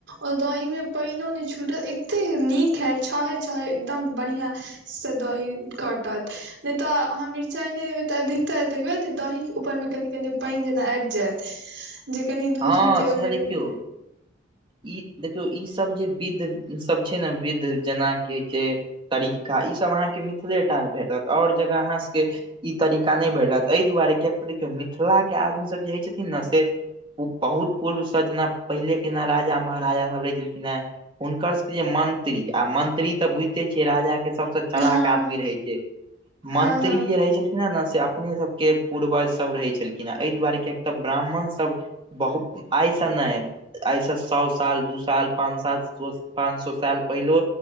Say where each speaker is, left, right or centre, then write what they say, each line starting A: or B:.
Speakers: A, on the right; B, on the right.
A: ओय दही मे पैनओ नै छूटल एतेक नीक हेएत छहे- छहे एकदम बढ़िआँ। सँ दही कटत नहि तऽ अहाँ मिरचाई नै देबेै तऽ अधिकतर देखबेै जे दही के ऊपर मे कनी- कनी पाइन जेना आइब जेएत जे कनि दूध
B: हँ
A: मे जे ओय
B: सएह
A: मे जे
B: देखियौ
A: रहै
B: ई देखियौ ई सब जे विध सब छै ने विध जेना के- के तरीका ईसब आहाँके मिथिलेटा मे भेटत और जगह आहाँ सबके ई तरीका नै भेटत एहि दुआरे कियक तऽ देखियौ मिथिला के आदमी सब जे होइ छथिन ने से ओ बहुत पूर्वसँ जेना पहिलेके जेना राजा महाराजा सभ रहै छलखिन हेँ। हुनकर सबके जे मंत्री आ मंत्री तऽ बुझिते छियै राजा के सब चलाक
A: हँ
B: आदमी रहै छै
A: हँ
B: मंत्री
A: हँ
B: जे रहै छै। <unintelligible> से अपने सबके पूर्वज सब रहै छेलखिन हें एहि दुआरे कि तऽ ब्राह्मण सब बहुत आय सँ नै ऐसा सअ सौ साल दू साल, पाँच साल, पाँच सौ साल पहिलो